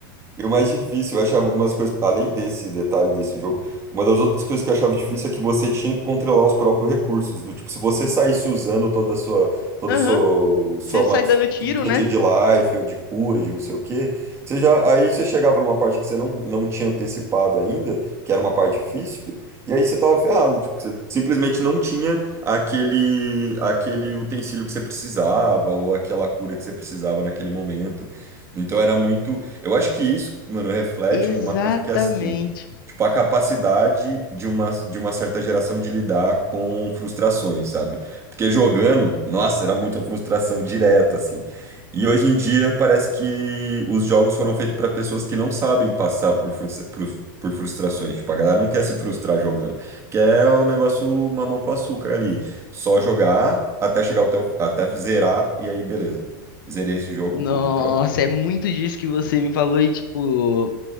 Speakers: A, on the right; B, on the left.
A: E o mais difícil, eu achava umas coisas, além desse detalhe desse jogo, uma das outras coisas que eu achava difícil é que você tinha que controlar os próprios recursos. Do tipo, se você saísse usando toda a sua, todo
B: Aham,
A: o seu, sua,
B: você sai
A: ma-
B: dando tiro,
A: tudo que você
B: né?
A: tinha de life ou de cura, de não sei o quê, você já, aí você chegava numa parte que você não, não tinha antecipado ainda, que era uma parte difícil, e aí você tava ferrado. Tipo, você simplesmente não tinha aquele, aquele utensílio que você precisava ou aquela cura que você precisava naquele momento. Então era muito. Eu acho que isso, mano, reflete
B: Exatamente.
A: uma coisa que é assim, tipo, a capacidade de uma, de uma certa geração de lidar com frustrações, sabe? Porque jogando, nossa, era muita frustração direta, assim. E hoje em dia parece que os jogos foram feitos para pessoas que não sabem passar por, frustra- por, por frustrações. Tipo, a galera não quer se frustrar jogando, quer o negócio mamão com açúcar ali. Só jogar até chegar até, o- até zerar, e aí beleza. Zerei esse jogo,
B: Nossa,
A: vou pro próximo.
B: é muito disso que você me falou e, tipo,